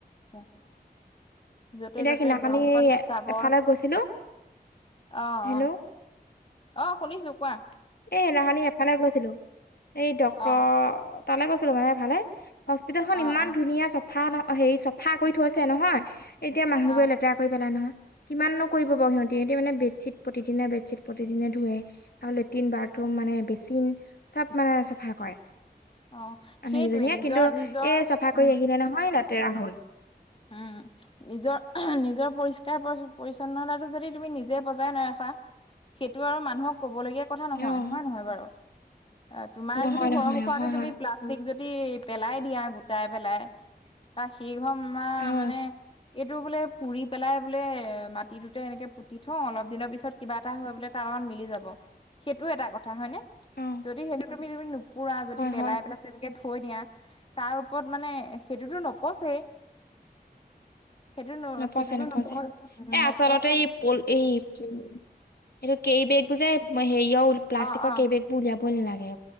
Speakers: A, on the left; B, on the left.
A: অ যতে
B: এতিয়া
A: ত'তে
B: সিদিনাখনি
A: দুৱাৰমুখত
B: এই
A: জাবৰ
B: এফালে গৈছিলো
A: অ
B: হেল্ল'
A: অ অ শুনিছো কোৱা
B: এ সেনাখনি এফালে গৈছিলো এই ডক্তৰ
A: অ
B: তালৈ গৈছিলো মানে এফালে হস্পিতেেলখন
A: অ
B: ইমান
A: অ
B: ধুনীয়া চফা হেৰি চফা কৰি থৈছে নহয় এতিয়া
A: অ
B: মানুহবোৰে
A: অ
B: লেতেৰা কৰি পেলাই নহয়। কিমাননো কৰিব বাৰু সিহঁতি সিহঁতি মানে বেডশ্বীট প্ৰতিদিনে বেডশ্বীট প্ৰতিদিনে ধুৱে আৰু লে ট্ৰিন বাথৰুম মানে বেচিন চব মানে চাফা কৰে। আ
A: অ সেইটোৱে
B: সেইকেইজনীয়া
A: নিজৰ
B: কিন্তু এ
A: নিজৰ
B: চাফা
A: উম
B: কৰি আহিলে নহয় লেতেৰা হ'ল।
A: উম নিজৰ নিজৰ পৰিষ্কাৰ পৰিছন্নতাটো যদি তুমি নিজে বজাই নৰাখা সেইটো আৰু মানুহক কব লগগীয়া কথা নহয়
B: অ
A: হয় নহয় বাৰু। অ তোমাৰ
B: নহয়
A: যদি
B: নহয়
A: ঘৰৰ মুখতে
B: অ হয়
A: তুমি
B: হয়
A: প্লা ষ্টিক যদি পেলাই দিয়া গোটাই পেলাই বা সিঘৰ মা
B: অ
A: মানে এইটো বোলে পুৰি পেলাই বোলে মাটিটোতে এনেকে পুতি থওঁ অলপ দিনৰ পিছত কিবা এটা হৈ বোলে তাৰ লগত মিলি যাব সেইটো এটা কথা হয়নে
B: অ
A: যদি সেইটো তুমি তুমি নো পুৰা যদি
B: হয়
A: পেলাই
B: হয়
A: পেলাই তেনেকে থৈ দিয়া তাৰ ওপৰত মানে সেইটোতো নপচেই সেইটো ন
B: নপছে
A: সেইটোতো
B: নপছে
A: নপ
B: এ
A: নপচা
B: আচলতে এই পল এই উম এইটো কেইবেগবোৰ যে হেৰিয়ৰ প্লাষ্টিকৰ
A: অ অ
B: কেইবেগবোৰ উলিয়াবই নালাগে।